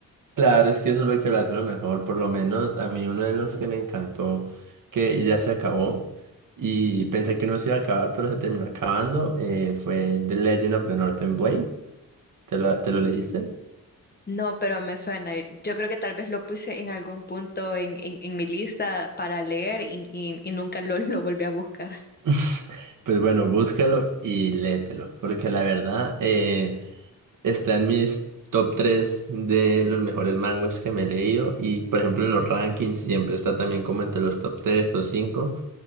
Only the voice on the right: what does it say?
Claro, es que eso es lo que lo hace lo mejor. Por lo menos a mí uno de los que me encantó, que ya se acabó y pensé que no se iba a acabar, pero se terminó acabando, eh, fue The Legend of the Northern Blade. ¿Te lo, te lo leíste?
<laughs> Pues bueno, búscalo y léetelo, porque la verdad... eh, Está en mis top 3 de los mejores manguas que me he leído y por ejemplo en los rankings siempre está también como entre los top 3, top 5